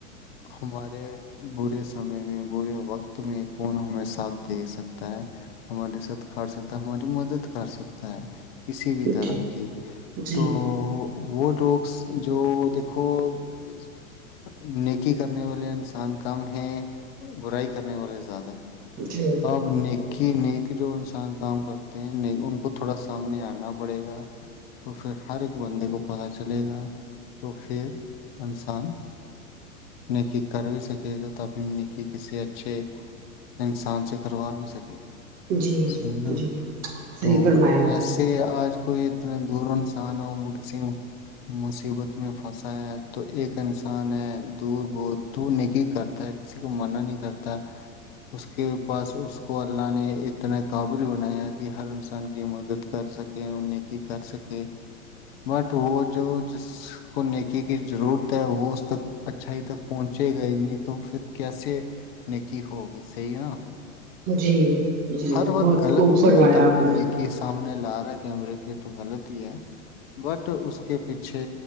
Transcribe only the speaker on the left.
ہمارے برے سمے میں برے وقت میں کون ہمیں ساتھ دے سکتا ہے ہمارے سات کھڑ سکتا ہے ہماری مدد کر سکتا ہے کسی بھی طرح
کی
تو وہ ڈوگس جو دیک <unintelligible> نیکی کرنے والے انسان کم ہیں برائی کرنے والے زیادہ ہے
تب نیکی نیک کہ جو انسان کام کرتے ہیں نہیں ان کو تھوڑا سامنے آنا پڑے گا تو پھر ہر ایک بندے کو پتا چلے گا تو پھر انسان نیکی کر بھی سکے گا تو اپنی نیکی کسی اچھے انسان سے کروا بھی سکے گا
صحی نا
تو
ایسے
آج کوئی اتنے دور انسانوں کسی مصیبت میں پھنسا ہے تو ایک انسان ہے دور بہت تو نیکی کرتا ہے کسی کو منع نہیں کرتا اس کے پاس اس کو اللہ نے اتنا کاابل بنایا کہ ہر انسان کی مدد کر سکے نیکی کر سکے بٹ وہ جو جس کو نیکی کی ضرورت ہے وہ اس تک اچھائی تک پہنچے گا تو پھر کیسے نکی ہوگی صحی نا
ہر وقت
غلط
نہیں
ہوتا کوئی
نیکی سامنے لا کیمرے کے تو غلط ہی ہے بٹ اس کے پیچھے